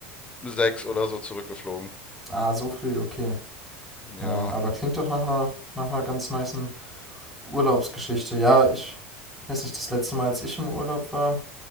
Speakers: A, on the left; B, in the centre.
A: sechs oder so zurückgeflogen.
B: Ah, so früh, okay.
A: Ja,
B: Ja, aber klingt doch nach einer, nach einer ganz nicen Urlaubsgeschichte. Ja, ich weiß nicht, das letzte Mal, als ich im Urlaub war.